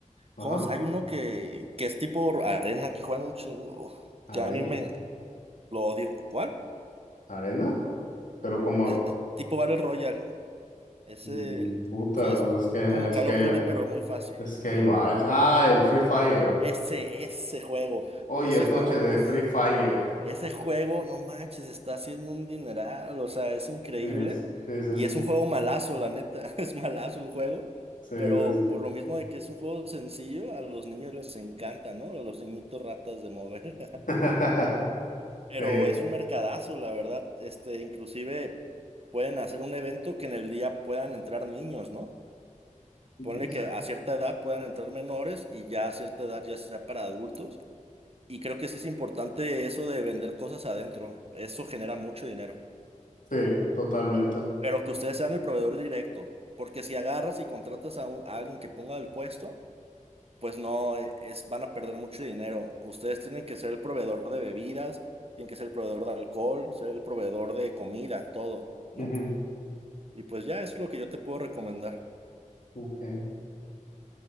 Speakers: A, on the left (about 80°); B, on the right (about 50°).
A: ajá,
B: ¿cómo se- Hay uno que, que es tipo arena, que juegan un chingo,
A: arena,
B: que a mí me lo odio. ¿Cuál?
A: arena, pero como,
B: Es, es tipo Battle Royale. Es
A: mm,
B: el
A: puta,
B: que es
A: pues es que,
B: como
A: es
B: Call
A: que,
B: of Duty, pero muy fácil.
A: es que
B: Eh,
A: ahí va, es- ah, el Free Fire,
B: ese, ese juego,
A: hoy
B: ese
A: es
B: juego,
A: noche de
B: uff,
A: Free Fire,
B: ese juego, no manches, está haciendo un dineral, o sea, es increíble.
A: sí, sí, sí,
B: Y
A: sí,
B: es un juego malazo, la neta, <laughs> es malazo el juego.
A: sí, sí,
B: Pero
A: sí.
B: por lo mismo de que es un juego sencillo, a los niños les encanta, ¿no? A los niñitos ratas de mover.
A: <laughs>
B: Pero
A: Sí.
B: es un mercadazo, la verdad. Este, inclusive pueden hacer un evento que en el día puedan entrar niños, ¿no?
A: Ujú.
B: Ponle que a cierta edad puedan entrar menores y ya a cierta edad ya sea para adultos. Y creo que sí es importante eso de vender cosas adentro. Eso genera mucho dinero.
A: Sí, totalmente.
B: Pero que ustedes sean el proveedor directo. Porque si agarras y contratas a, un- a alguien que ponga el puesto, pues no, e- es, van a perder mucho dinero. Ustedes tienen que ser el proveedor de bebidas, tienen que ser el proveedor de alcohol, ser el proveedor de comida, todo, ¿no?
A: Ujú,
B: Y pues ya es lo que yo te puedo recomendar.
A: ok.